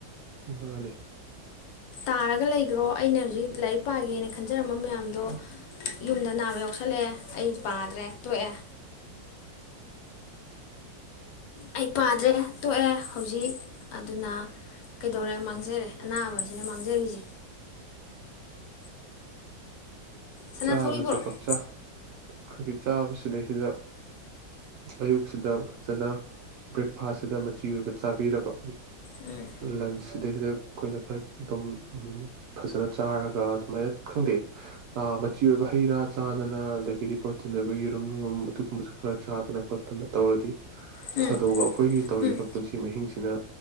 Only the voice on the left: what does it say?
ꯇꯥꯔꯒ ꯂꯩꯈ꯭ꯔꯣ ꯑꯩꯅ ꯍꯧꯖꯤꯛ ꯂꯥꯏꯔꯤꯛ ꯄꯥꯒꯦꯅ ꯈꯟꯖꯔꯝꯕ ꯃꯌꯥꯝꯗꯣ ꯌꯨꯝꯗ ꯅꯥꯕ ꯌꯥꯎꯁꯜꯂꯛꯑꯦ ꯑꯩ ꯄꯥꯗ꯭ꯔꯦ ꯇꯣꯛꯑꯦ ꯑꯩ ꯄꯥꯗ꯭ꯔꯦ ꯇꯣꯛꯑꯦ ꯍꯧꯖꯤꯛ ꯑꯗꯨꯅ ꯀꯩꯗꯧꯔꯦ ꯃꯥꯡꯖꯔꯦ ꯑꯅꯥꯕꯁꯤꯅ ꯃꯥꯡꯖꯔꯤꯁꯦ ꯁꯅꯥ
ꯊꯧꯔꯤ ꯄꯣꯔꯛꯑꯣ
ꯎꯝ
ꯎꯝ
ꯎꯝ